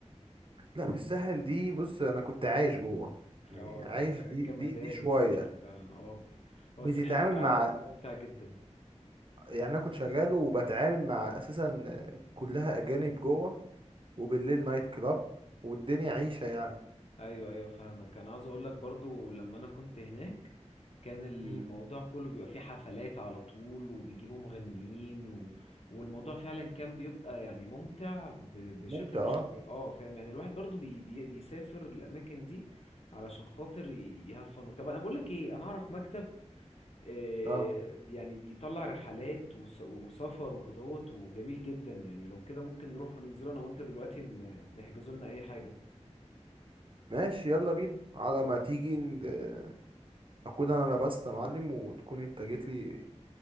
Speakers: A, on the right; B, on the left.
A: لا في الساحل دي بص انا كنت عايش جوه يعني
B: اه
A: عايش
B: ده
A: دي
B: جمدان
A: دي دي شويه
B: الساحل فعلا اه هو
A: بتتعامل
B: الساحل فعلا
A: مع
B: ممتع جدا
A: يعني انا كنت شغال وبتعامل مع اساسا كلها اجانب جوه وبالليل نايت كلاب والدنيا عيشه يعني
B: ايوه ايوه فاهمك انا عاوز اقول لك برضو لما انا كنت هناك كان الموضوع
A: مم.
B: كله بيبقى فيه حفلات على طول وبيجيبوا مغنيين و... والموضوع فعلا كان بيبقى يعني ممتع ب... بشكل
A: ممتع
B: مش
A: اه
B: طبيعي اه فاهم يعني الواحد برضو بي... بي... بيسافر الاماكن دي علشان خاطر ي- يهفن طب انا بقول لك ايه انا اعرف مكتب آه،
A: اه
B: يعني بيطلع رحلات وس... وسفر وكدهوت وجميل جدا يعني لو كده ممكن نروح وننزله انا وانت دلوقتي ن... نحجزوا لنا اي حاجة
A: ماشي يلا بينا على
B: خلاص
A: ما تيجي ن- اكون انا لبست يا معلم وتكون انت جيت لي